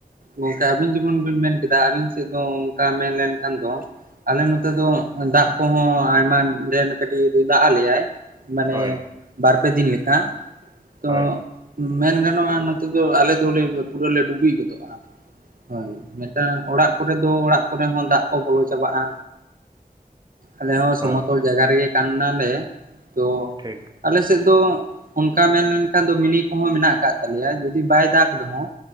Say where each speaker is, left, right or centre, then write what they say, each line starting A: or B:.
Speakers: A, on the right; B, on the right.
A: ᱜᱚᱝᱠᱮ ᱟᱵᱤᱱ ᱡᱮᱢᱚᱱ ᱵᱤᱱ ᱢᱮᱱ ᱠᱮᱫᱟ ᱟᱹᱞᱤᱧ ᱥᱮᱫ ᱫᱚ ᱚᱱᱠᱟ ᱢᱮᱱ ᱞᱮᱱᱠᱷᱟᱱ ᱫᱚ ᱟᱞᱮ ᱱᱚᱛᱮ ᱫᱚ ᱫᱟᱜ ᱠᱚᱦᱚᱸ ᱟᱭᱢᱟ ᱰᱷᱮᱨ ᱠᱟᱹᱴᱤᱡ ᱫᱟᱜ ᱟᱞᱮᱭᱟᱭ᱾ ᱢᱟᱱᱮ
B: ᱦᱳᱭ
A: ᱵᱟᱨᱯᱮ ᱫᱤᱱ ᱞᱮᱠᱟ ᱛᱚ
B: ᱦᱳᱭ
A: ᱢᱮᱱ ᱜᱟᱱᱚᱜᱼᱟ ᱱᱚᱛᱮ ᱫᱚ ᱟᱞᱮ ᱫᱚᱞᱮ ᱯᱩᱨᱟᱹ ᱞᱮ ᱰᱩᱵᱤᱭ ᱜᱚᱫᱚᱜᱼᱟ ᱦᱳᱭ᱾ ᱚᱲᱟᱜ ᱠᱚᱨᱮ ᱫᱚ ᱚᱲᱟᱜ ᱠᱚᱨᱮ ᱦᱚᱸ ᱫᱟᱜ ᱠᱚ ᱵᱚᱞᱚ ᱪᱟᱵᱟᱜᱼᱟ᱾ ᱟᱞᱮ ᱦᱚᱸ
B: ᱦᱳᱭ
A: ᱥᱚᱢᱚᱛᱚᱞ ᱡᱟᱜᱟ ᱨᱮᱜᱮ ᱠᱟᱱ ᱱᱟᱞᱮ ᱛᱚ
B: ᱴᱷᱤᱠ
A: ᱟᱞᱮᱥᱮᱫ ᱫᱚ ᱚᱱᱠᱟ ᱢᱮᱱ ᱞᱮᱱᱠᱷᱟᱱ ᱫᱚ ᱢᱤᱱᱤᱼᱼ ᱠᱚᱦᱚᱸ ᱢᱮᱱᱟᱜ ᱟᱠᱟᱜ ᱛᱟᱞᱮᱭᱟ ᱡᱩᱫᱤ ᱵᱟᱭ ᱫᱟᱜ ᱨᱮᱦᱚᱸ